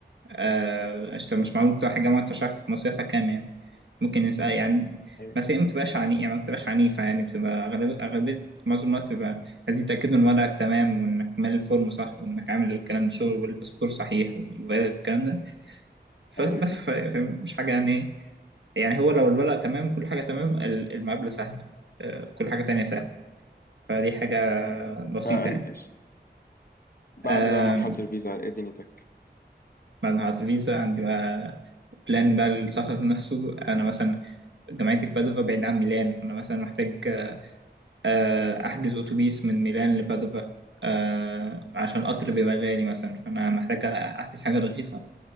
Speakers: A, on the right; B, on the left.
A: آه، أنت مش معقول تروح الجامعة وأنت مش عارف مصاريفها كام يعني ممكن يسأل يعني
B: ايوه
A: بس هي ما بتبقاش عني يعني ما بتبقاش عنيفة يعني بتبقى أغلب أغلبية معظم الوقت بيبقى عايزين يتأكدوا إن ورقك تمام وإنك مالي الفورم صح وإنك عامل الكلام ده شغل والباسبور صحيح والفيزا والكلام ده فبس
B: ايوه
A: ف- فمش حاجة يعني إيه يعني هو لو الورق تمام كل حاجة تمام ال- المقابلة سهلة آه، كل حاجة تانية سهلة فدي حاجة بسيطة
B: امم بعد
A: يعني
B: بقى مرحلة الفيزا على ايه دنيتك
A: بعد ما حجزت فيزا عندي بقى بلان بقى السفر نفسه أنا مثلا جامعتي في بادوفا بعيد عن ميلان فأنا مثلا محتاج آه، أحجز أتوبيس من ميلان لبادوفا آه، عشان القطر بيبقى غالي مثلا فأنا محتاج أحجز حاجة رخيصة